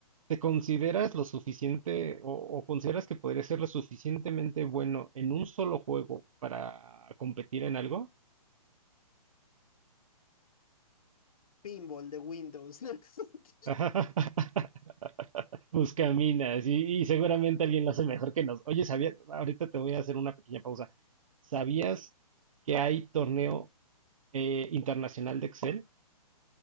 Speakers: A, on the right; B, on the left.
A: ¿te consideras lo suficiente o, o consideras que podrías ser lo suficientemente bueno en un solo juego para competir en algo?
B: Pinball de Windows. <laughs>
A: <laughs> Buscaminas, y, y seguramente alguien lo hace mejor que nos. Oye, sabía, ahorita te voy a hacer una pequeña pausa. ¿Sabías que hay torneo eh, internacional de Excel?